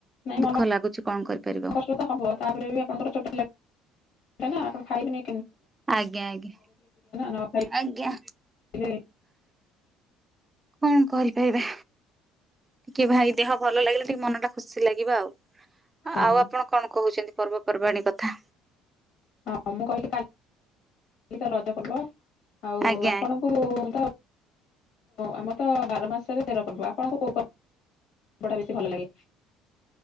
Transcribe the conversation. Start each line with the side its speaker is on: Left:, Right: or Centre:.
Left: ନାଇଁ
Right: ଦୁଃଖ
Left: ମନ
Right: ଲାଗୁଛି କଣ କରିପାରିବ।
Left: କଷ୍ଟ ତ ହବ ତାପରେ ବି ଆପଣଙ୍କର ଛୋଟ ପିଲା ନା ଆଉ ଖାଇ ପିନି
Right: ଆଜ୍ଞା ଆଜ୍ଞା
Left: ନ
Right: ଆଜ୍ଞା
Left: ଖାଇଲେ
Right: କଣ କହିଲ? ଟିକେ ଭାଇ ଦେହ ଭଲ ଲାଗିଲା ଟିକେ ମନ ଟା ଖୁସି ଲାଗିବ ଆଉ।
Left: ହଁ
Right: ଆଉ ଆପଣ କଣ କହୁଛନ୍ତି। ପର୍ବପର୍ବାଣୀ କଥା
Left: ହଁ ମୁଁ କହିଲି କାଲି ତ ରଜ ପର୍ବ ଆଉ
Right: ଆଜ୍ଞା
Left: ଆପଣଙ୍କୁ
Right: ଆଜ୍ଞା
Left: ତ ଆମର ତ ବାର ମାସରେ ତେର ପର୍ବ ଆପଣଙ୍କୁ କୋଉା ପର୍ବଟା ବେଶୀ ଭଲ ଲାଗେ?